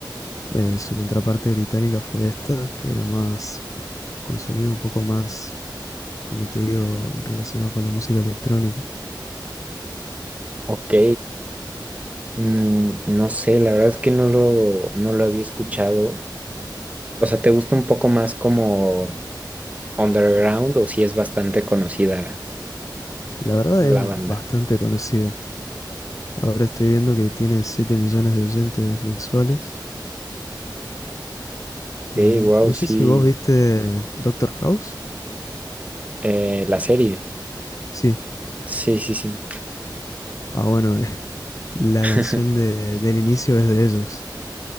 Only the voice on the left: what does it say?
eh, su contraparte británica fue esta, que era más, con sonido un poco más como te digo, relacionado con la música electrónica.
La verdad
es bastante
conocida. Ahora estoy viendo que tiene 7 millones de oyentes mensuales. Y
no
sé si vos viste Doctor House.
Sí.
Ah, bueno, <laughs> la
canción de- del inicio es de ellos,